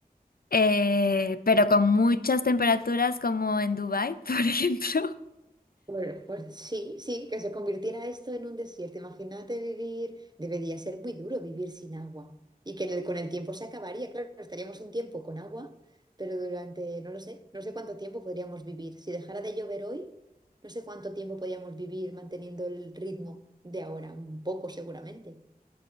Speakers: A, on the left; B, on the right.
A: eh, pero con muchas temperaturas como en Dubái, <laughs> por ejemplo.
B: bueno pues sí, sí, que se convirtiera esto en un desierto. Imagínate vivir, debería ser muy duro vivir sin agua y que en el- con el tiempo se acabaría. Claro, estaríamos un tiempo con agua, pero durante, no lo sé, no sé cuánto tiempo podríamos vivir. Si dejara de llover hoy, no sé cuánto tiempo podríamos vivir manteniendo el ritmo de ahora, un poco seguramente.